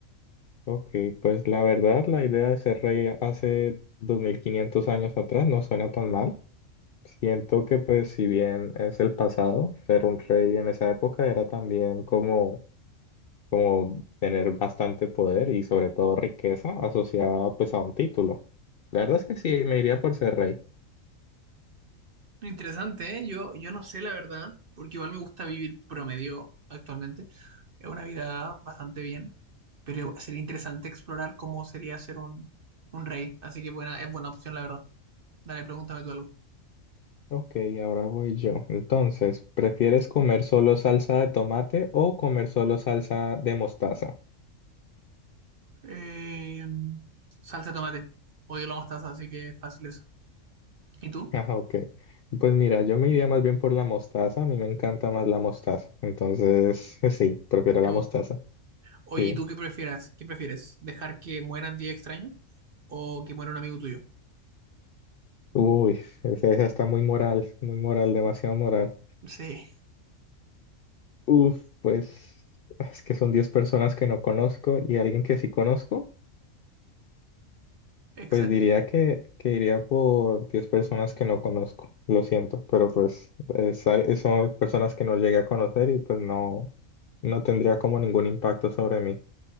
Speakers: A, on the left; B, on the right.
A: Ok, pues la verdad, la idea de ser rey hace 2500 años atrás no suena tan mal. Siento que pues si bien es el pasado, ser un rey en esa época era también como como tener bastante poder y sobre todo riqueza asociada pues a un título. La verdad es que sí, me iría por ser rey.
B: Interesante, ¿eh? Yo, yo no sé la verdad, porque igual me gusta vivir promedio actualmente. Es una vida bastante bien, pero sería interesante explorar cómo sería ser un, un rey. Así que buena, es buena opción, la verdad. Dale, pregúntame tú algo.
A: Ok, ahora voy yo. Entonces, ¿prefieres comer solo salsa de tomate o comer solo salsa de mostaza? <laughs>
B: Eh, salsa de tomate. Odio la mostaza, así que fácil eso. ¿Y tú?
A: Ah, ok. Pues mira, yo me iría más bien por la mostaza. A mí me encanta más la mostaza. Entonces, <laughs> sí, prefiero
B: ¿Te
A: la
B: gusta?
A: mostaza.
B: Oye,
A: Sí.
B: ¿y tú qué prefieres? ¿Qué prefieres? ¿Dejar que mueran 10 extraños o que muera un amigo tuyo?
A: Uy, esa esa está muy moral, muy moral, demasiado moral.
B: Sí,
A: Uf, pues es que son 10 personas que no conozco y alguien que sí conozco,
B: exacto.
A: pues diría que, que iría por 10 personas que no conozco. Lo siento, pero pues es al- son personas que no llegué a conocer y pues no, no tendría como ningún impacto sobre mí.